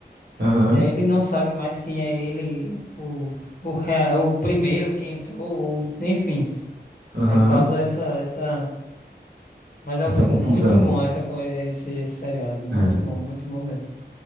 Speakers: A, on the right; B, on the left.
A: Aham,
B: E aí ele não sabe mais quem é ele, o, o, rea- o primeiro que entrou, ou- enfim.
A: aham.
B: Aí causa essa, essa. Mas é um
A: Essa
B: filme
A: confusão.
B: muito bom, essa, co- esse, esse seriado. Muito
A: É.
B: bom, muito bom mesmo.